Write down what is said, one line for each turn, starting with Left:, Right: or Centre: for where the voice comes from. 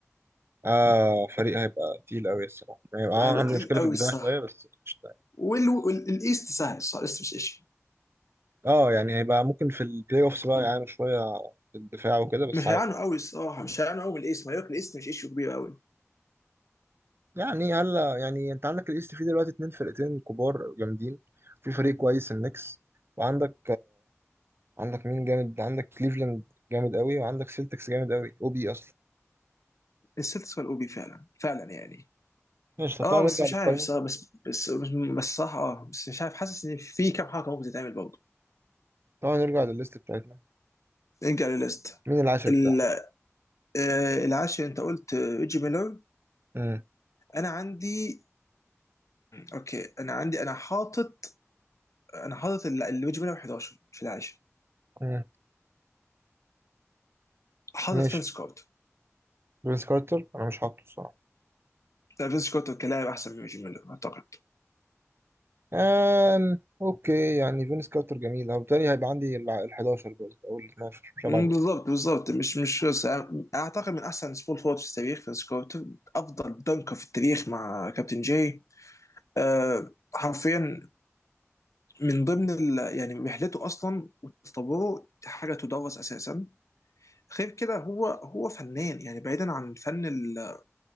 Right: آه فريق هيبقى تقيل قوي الصراحة يعني اه
Left: هيبقى
Right: عندي
Left: تقيل
Right: مشكلة
Left: قوي
Right: في الدفاع
Left: الصراحه
Right: شوية بس قشطة. يعني.
Left: والايست سهل الصراحه الايست مش ايش
Right: اه يعني هيبقى ممكن في البلاي اوفس بقى يعانوا شوية في الدفاع وكده بس
Left: مش
Right: عادي
Left: هيعانوا قوي الصراحه مش هيعانوا قوي من الاسم هياكل الاسم مش ايشو كبير قوي
Right: يعني هلا يعني انت عندك الايست فيه دلوقتي اتنين فرقتين كبار جامدين في فريق كويس النكس وعندك عندك مين جامد عندك كليفلاند جامد قوي وعندك سيلتكس جامد قوي او بي اصلا
Left: السلتكس والاو بي فعلا فعلا يعني
Right: ماشي طب
Left: اه
Right: تعالى
Left: بس
Right: نرجع
Left: مش
Right: للقائمه
Left: عارف صراحة بس بس بس, بس صح اه بس مش عارف حاسس ان في كام حركه ممكن تتعمل برضه
Right: تعالى نرجع للليست بتاعتنا
Left: نرجع للليست
Right: مين العاشر
Left: ال-
Right: بتاعنا
Left: آه، العاشر انت قلت آه، ريجي ميلر
Right: امم
Left: انا عندي اوكي انا عندي انا حاطط انا حاطط ال- ال- ريجي ميلر 11 في العاشر
Right: امم
Left: حاطط
Right: ماشي
Left: فينس كارتر
Right: فينس كارتر انا مش حاطه الصراحه
Left: لا فينس كارتر كلاعب احسن من ريجي ميلر اعتقد
Right: أم... اوكي يعني فينس كارتر جميل او تاني هيبقى عندي ال ال 11 برضه او ال 12 مش هبعد
Left: مم،
Right: من
Left: بالظبط
Right: كده
Left: بالظبط مش مش بس اعتقد من احسن سبول فورد في التاريخ في سكوت افضل دنكر في التاريخ مع كابتن جاي أه حرفيا من ضمن ال... يعني رحلته اصلا وتطوره حاجه تدرس اساسا غير كده هو هو فنان يعني بعيدا عن فن ال-